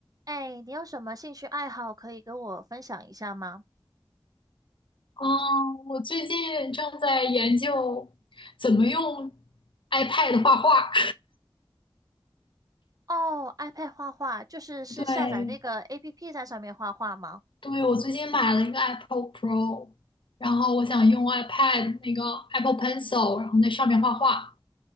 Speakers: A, on the right; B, on the left.
A: 哎，你有什么兴趣爱好可以跟我分享一下吗？
B: 嗯，我最近正在研究怎么用 iPad 画画。
A: 哦，iPad 画画，就是是下载那个
B: <laughs> 对，
A: APP 在上面画画吗？
B: 对，我最近买了一个 Apple Pro，然后我想用 iPad 那个 Apple Pencil，然后在上面画画。